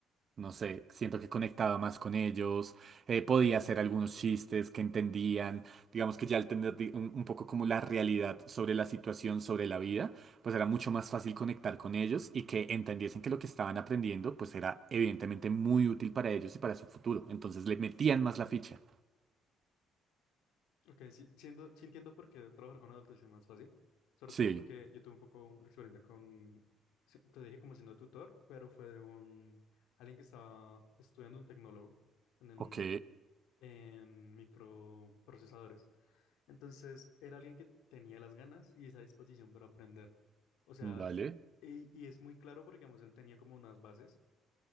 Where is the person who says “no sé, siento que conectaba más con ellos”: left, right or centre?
Right